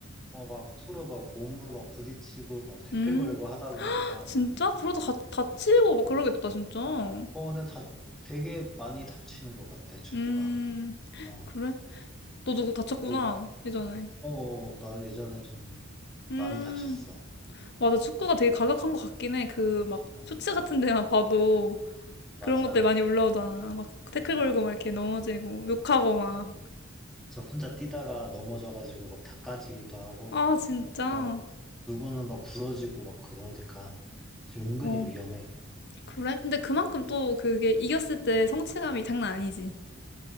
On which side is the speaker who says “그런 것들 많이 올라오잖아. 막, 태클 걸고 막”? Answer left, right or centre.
Left